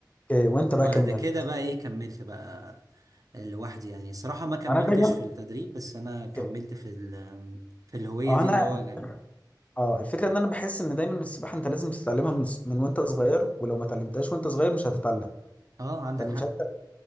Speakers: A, on the left; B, on the right.
A: اوكي وانت
B: وبعد
A: بقى كملت
B: كده بقى ايه كملت بقى آه، لوحدي يعني الصراحه ما كملتش
A: انا دايما
B: في التدريب بس انا كملت
A: أوكي.
B: في ال- في الهويه
A: اه
B: دي
A: انا
B: اللي هو جميل
A: اه الفكره ان انا بحس ان دايما السباحه انت لازم تتعلمها من من وانت صغير ولو ما اتعلمتهاش وانت صغير مش هتتعلم
B: اه عندك
A: فانا
B: حق
A: مش عارف